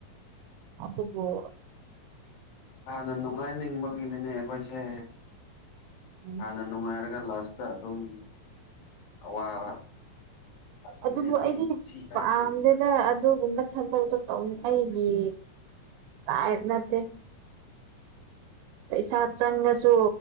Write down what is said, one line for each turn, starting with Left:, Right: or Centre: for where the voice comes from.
Right: ꯑ ꯎ
Left: ꯍꯥꯟꯅ ꯅꯨꯡꯉꯥꯏꯅꯤꯡꯕꯒꯤꯅꯤꯅꯦ ꯑꯩꯈꯣꯏꯁꯦ
Right: ꯎꯝ
Left: ꯍꯥꯟꯅ ꯅꯨꯡꯉꯥꯏꯔꯒ ꯀ꯭ꯂꯥꯁꯇ ꯑꯗꯨꯝ ꯑꯋꯥꯕ ꯑꯗꯨꯅꯤ
Right: ꯑꯗꯨꯕꯨ
Left: ꯑꯩꯈꯣꯏꯒꯤ
Right: ꯑꯩꯗꯤ
Left: ꯄꯨꯟꯁꯤ ꯍꯥꯏꯁꯤ
Right: ꯄꯥꯝꯗꯦꯗ ꯑꯗꯨꯒꯨꯝ ꯊꯟꯕꯛꯇꯣ ꯇꯧꯅꯤ ꯑꯩꯒꯤ ꯇꯥꯏꯞ ꯅꯠꯇꯦ ꯄꯩꯁꯥ ꯆꯪꯉꯁꯨ